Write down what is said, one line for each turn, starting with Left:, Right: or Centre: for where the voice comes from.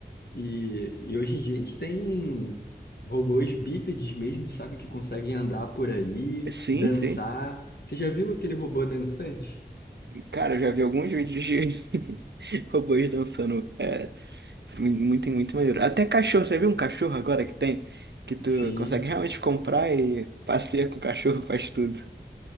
Left: E, e hoje em dia a gente tem robôs bípedes mesmo, sabe? Que conseguem andar por aí,
Right: Sim,
Left: dançar.
Right: sim.
Left: Você já viu aquele robô dançante?
Right: Cara, eu já vi alguns vídeos de <laughs> robôs dançando. É, muito, muito maneiro. Até cachorro, você viu um cachorro agora que tem? Que tu
Left: Sim,
Right: consegue realmente comprar e passeia com o cachorro, faz tudo.